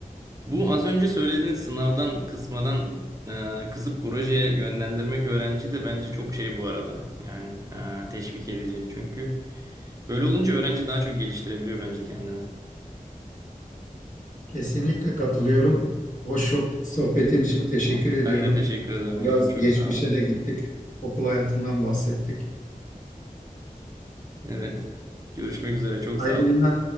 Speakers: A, on the right; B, on the left.
A: Bu az önce söylediğin sınavdan kısmadan e, kısıp projeye yönlendirmek öğrenci de bence çok şey bu arada. Yani e, teşvik edici. Çünkü böyle olunca öğrenci daha çok geliştirebiliyor bence kendini.
B: Kesinlikle katılıyorum. Hoş soh- sohbetin için teşekkür
A: Tamam.
B: ediyorum.
A: Ben de teşekkür ederim
B: Biraz
A: hocam. Çok
B: geçmişe
A: sağ olun.
B: de gittik. Okul hayatından bahsettik.
A: Evet. Görüşmek üzere. Çok
B: Hayırlı
A: sağ olun.
B: günler.